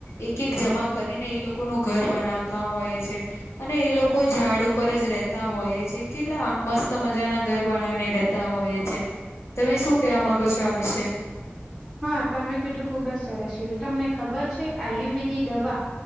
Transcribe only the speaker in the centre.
હા તમે કીધું ખુબ જ સરસ કીધું તમને ખબર છે આયુર્વેદી દવા